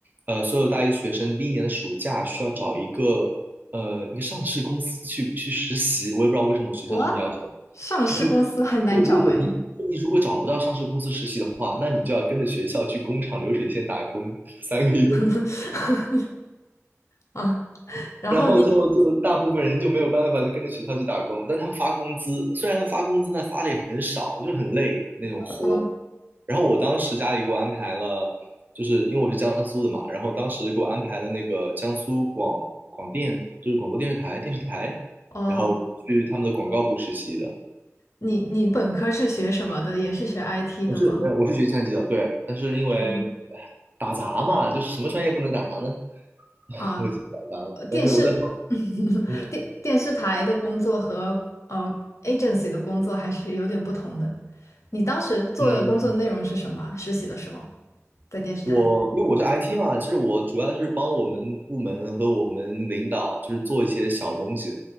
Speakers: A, on the right; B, on the left.
A: 呃，所有大一的学生第一年的暑假需要找一个呃一个上市公司去去实习，我也不知道为什么我学校这么要求，
B: 我上市公司很难找哎，
A: 就是说如果你你如果找不到上市公司实习的话，那你就要跟着学校去工厂流水线打工三个月。
B: <laughs> 啊，然后你，
A: 然后就就大部分人就没有办法，就跟着学校去打工。但他们发工资，虽然发工资，但发的也很少，就很累那种活。
B: 嗯，
A: 然后我当时家里给我安排了，就是因为我是江苏的嘛，然后当时给我安排了那个江苏广广电，就是广播电视台电视台，
B: 哦，
A: 然后我去他们的广告部实习的。
B: 你你本科是学什么的？也是学 IT
A: 我是没有，
B: 的吗？
A: 我是学计算机的，对。但是因为哎
B: 啊
A: 打杂嘛，就是什么专业不能打杂呢？<laughs>
B: 啊，
A: 我就打杂了。
B: 呃电视
A: 但是我在考，
B: <laughs>
A: 嗯
B: 电电视台的工作和呃 agency 的工作还是有点不同的。你当时做的工作内容是什么啊实习的时候
A: 嗯
B: 在电视台？
A: 我因为我是 IT 嘛，其实我主要就是帮我们部门和我们领导，就是做一些小东西，